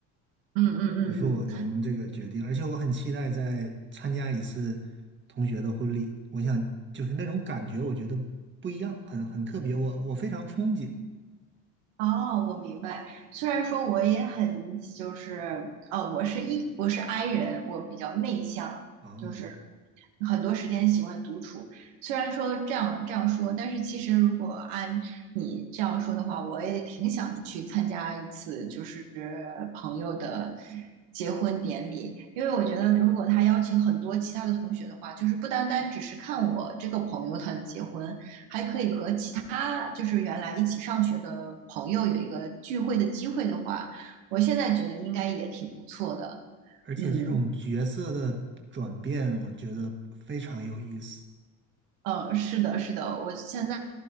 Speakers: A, on the right; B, on the right.
A: 嗯嗯嗯嗯。
B: 不是我能这个决定。而且我很期待再参加一次同学的婚礼，我想就是那种感觉，我觉得不一样，很很特别，我我非常憧憬
A: 哦，我明白。虽然说我也很就是，哦，我是一我是 I 人，我比较内向，
B: 啊。
A: 就是很多时间喜欢独处。虽然说这样这样说，但是其实如果按你这样说的话，我也挺想去参加一次就是朋友的结婚典礼，因为我觉得如果他邀请很多其他的同学的话，就是不单单只是看我这个朋友他的结婚，还可以和其。他就是原来一起上学的朋友有一个聚会的机会的话，我现在觉得应该也挺不错的。
B: 而且这种角色的转变，
A: 嗯，
B: 我觉得非常有意思。
A: 呃，是的，是的，我现在